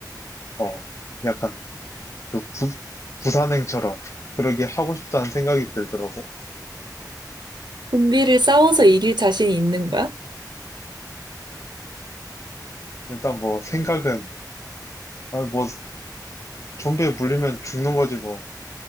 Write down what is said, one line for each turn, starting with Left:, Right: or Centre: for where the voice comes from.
Left: 어 약간 그 부, 부산행처럼 그러게 하고 싶다는 생각이 들더라고.
Right: 좀비를 싸워서 이길 자신이 있는 거야?
Left: 일단 뭐 생각은 아, 뭐 좀비에 물리면 죽는 거지 뭐.